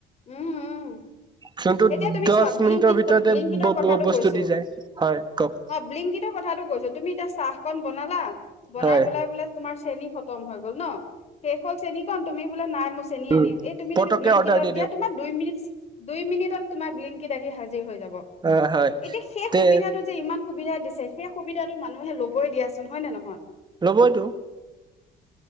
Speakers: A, on the left (about 40°); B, on the right (about 25°).
A: উম উম
B: যোনটো
A: এতিয়া তুমি
B: দহ
A: চোৱা বিল্লিংকিতৰ
B: মিনিটৰ ভিতৰতে
A: কথাটো
B: বস্তু
A: কৈছো
B: দি যায় হয় কওক
A: অ ব্লিংকিতৰ কথা কৈছোঁ তুমি এতিয়া চাহ কন বনালা বনাই
B: হয়
A: পেলাই বোলে তোমাৰ চেনী খতম হৈ গ'ল ন শেষ হ'ল চেনীকন তুমি নাই মোৰ চেনি
B: উম
A: আনি এই তুমি
B: পতককে
A: যদি বিংকটত
B: অৰ্ডাৰ দি
A: দিয়া
B: দিওঁ
A: তোমাৰ দুই মিনিট দুই মিনিট। তোমাৰ বিল্লিংকিত আহি হাজিৰ হৈ যাব।
B: হয় হয়
A: এতিয়া সেই
B: তে
A: সুবিধাটো যে ইমান সুবিধা দিছে। সেই সুবিধাতো মানুহে লবই দিয়াচোন হয় নে নহয়?
B: লবইটো